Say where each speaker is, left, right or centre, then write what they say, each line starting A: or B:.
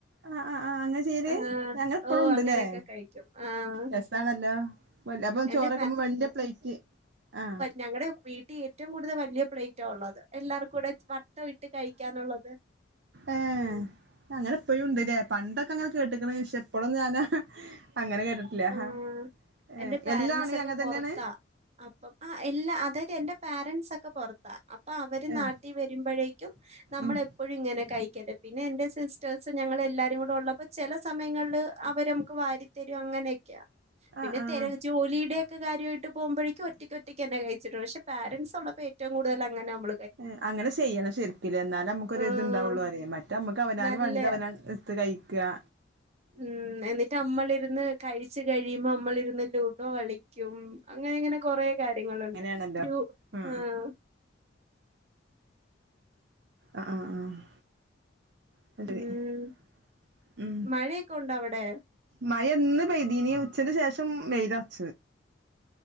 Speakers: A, on the right (about 60°); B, on the right (about 35°).
A: ആഹ് ആഹ് ആഹ് അങ്ങനെ ചെയ്ല്
B: ആഹ്
A: അങ്ങനെ ഇപ്പഴും
B: ഓഹ്
A: ഉണ്ട്ല്ലേ
B: അങ്ങനെയൊക്കെ കഴിക്കും ആഹ്
A: രസാണല്ലോ വല്ല അപ്പൊ
B: എന്റെ
A: ചോറൊക്കമ്പോ വല്യ പ്ലേറ്റ് ആഹ്
B: ഞങ്ങളടെ വീട്ടിൽ ഏറ്റവും കൂടുതൽ വല്യ പ്ലേറ്റ് ഉള്ളത് എല്ലാർക്കും കൂടെ വട്ട ഇട്ട് കഴിക്കാനുള്ളത്
A: ഏഹ്
B: ഉം
A: അങ്ങനെ ഇപ്പഴും ഇണ്ട്ല്ലേ പണ്ടൊക്കെ ഇങ്ങനെ കേട്ട്കണ് പക്ഷേ ഇപ്പോഴും ഞാനാ അങ്ങനെ കേട്ടിട്ടില്ല
B: ആഹ്
A: ഹ ഏഹ്
B: എന്റെ പാരൻസ്
A: എല്ലാണ
B: ഒക്കെ
A: അങ്ങനെ
B: പൊറത്താ
A: തന്നെണ്
B: അപ്പം ആ ഇല്ലാ അതായത് എന്റെ പാരന്റ്സൊക്കെ പുറത്താ അപ്പൊ അവര്
A: ഏ
B: നാട്ടിൽ വരുമ്പോഴേക്കും നമ്മള്
A: ഉം
B: എപ്പോഴും ഇങ്ങനെ കഴിക്കല് പിന്നെ എന്റെ സിസ്റ്റേഴ്സ് ഞങ്ങള് എല്ലാരും കൂടെ ഉള്ളപ്പോ ചില സമയങ്ങളില് അവര് നമ്മക്ക് വാരിത്തരും അങ്ങനെയൊക്കെയാ പിന്നെ
A: ആ ആ
B: തിര ജോലിയുടെ കാര്യമായിട്ട് പോകുമ്പോഴേക്കും ഒറ്റക്ക് ഒറ്റക്കെന്നെ കഴിച്ചിട്ടുള്ള് പക്ഷേ പാരൻസുള്ളപ്പോ ഏറ്റവും കൂടുതൽ അങ്ങനെ നമ്മ
A: എ അങ്ങനെ ചെയ്യണം ശരിക്കിലെ എന്നാലെ നമ്മക്കൊരിത്ണ്ടാവുള്ളു
B: ആഹ്
A: റെയ് മറ്റേ നമ്മക്ക് അവനാന്
B: നല്ല
A: വേണ്ടത് അവനാന് ഇട്ത് ഇട്ത്ത് കഴിക്കാ
B: ഉം എന്നിട്ട് നമ്മളിരുന്ന് കഴിച്ച് കഴിയുമ്പോ നമ്മളിരുന്ന് ലൂഡോ കളിക്കും അങ്ങനങ്ങനെ കൊറെ കാര്യങ്ങളുണ്ട്
A: അങ്ങനെയാണല്ലോ ആ
B: ആഹ്
A: ആഹ് ആഹ് ആഹ് <unintelligible>
B: ഉം
A: ഉം
B: മഴയൊക്കെ ഉണ്ടോ അവിടെ
A: മയൊന്ന് പെയ്തിനി ഉച്ചക്ക് ശേഷം വെയ്ലറ്ച്ച്